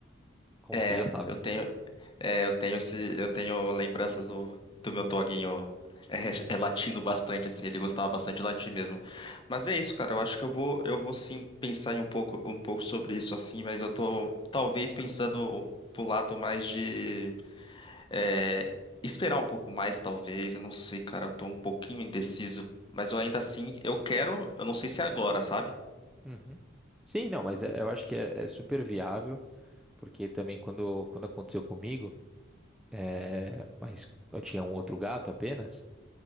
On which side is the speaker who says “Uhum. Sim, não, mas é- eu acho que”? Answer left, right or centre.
Centre